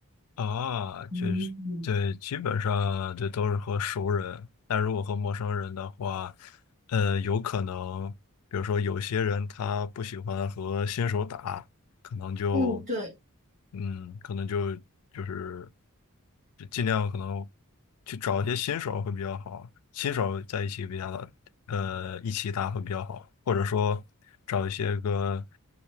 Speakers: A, on the left; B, on the right.
A: 啊，就是对，
B: 嗯，
A: 基本上这都是和熟人，但如果和陌生人的话，呃，有可能，比如说有些人他不喜欢和新手打，可能就，
B: 嗯，对，
A: 嗯，可能就就是就尽量可能去找一些新手会比较好，新手在一起比较好，呃一起打会比较好，或者说找一些个